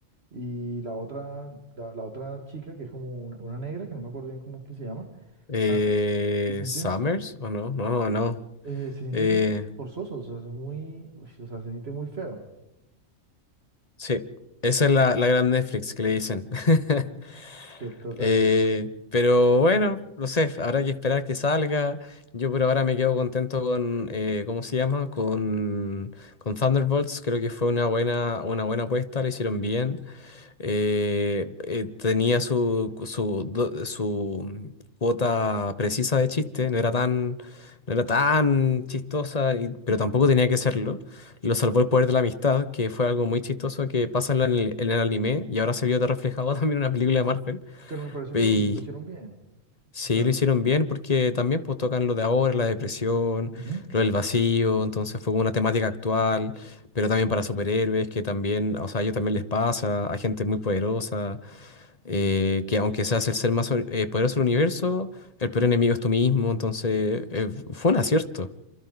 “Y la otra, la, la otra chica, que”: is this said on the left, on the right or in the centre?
Right